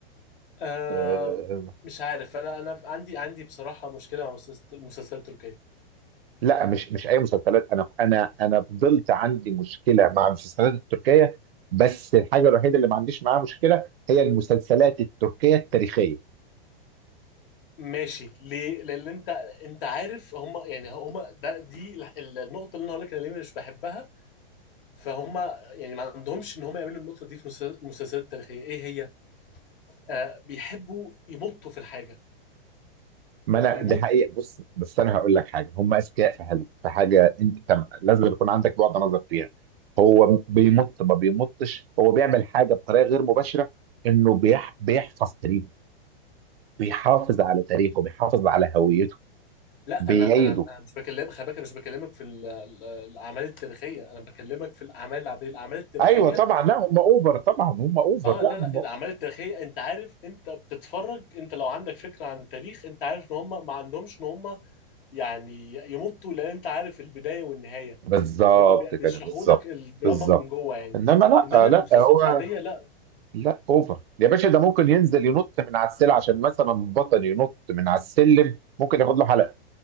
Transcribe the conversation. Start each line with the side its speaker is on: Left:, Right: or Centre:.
Left: آه
Right: آه،
Left: مش عارف انا انا عندي عندي بصراحه مشكله مع المسلسلات المسلسلات التركيه
Right: لا مش مش اي مسلسلات انا انا انا فضلت عندي مشكله مع المسلسلات التركيه بس الحاجه الوحيده اللي ما عنديش معاها مشكله هي المسلسلات التركيه التاريخيه
Left: ماشي ليه لان انت انت عارف هم يعني هم ده دي ال- النقطه اللي انا هقول لك انا ليه مش بحبها فهم يعني ما عندهمش ان هم يعملوا النقطه دي في المسلسلات التاريخيه ايه هي آه بيحبوا يمطوا في الحاجه
Right: ما انا
Left: بيمطوا
Right: ده حقيقه بص بس انا هقول لك حاجه هم اذكياء في حاجه في حاجه انت تم- لازم يكون عندك بعد نظر فيها هو بيمط ما بيمطش هو بيعمل حاجه بطريقه غير مباشره انه بيح بيحفظ تاريخ بيحافظ على تاريخه بيحافظ على هويته
Left: لا
Right: بيعيده
Left: انا انا أنا مش بكلمك خلي بالك أنا مش بكلمك في ال- ال- الاعمال التاريخيه انا بكلمك في الاعمال العاديه الاعمال التاريخيه
Right: ايوه طبعا لا هم اوفر طبعا هم اوفر
Left: اه
Right: لا
Left: لا لا
Right: هم
Left: الاعمال
Right: أوفر.
Left: التاريخيه انت عارف انت بتتفرج انت لو عندك فكره عن التاريخ انت عارف ان هم ما عندهمش ان هم يعني يمطوا لان انت عارف البدايه والنهايه
Right: بالظبط
Left: فهم بي-
Right: كده
Left: بيشرحوا
Right: بالظبط
Left: لك الدراما
Right: بالظبط
Left: من جوه يعني
Right: انما
Left: انما
Right: لا لا
Left: المسلسلات
Right: هو
Left: العاديه لا
Right: لا اوفر يا باشا ده ممكن ينزل ينط من على السلة عشان مثلا بطل ينط من على السلم ممكن ياخد له حلقة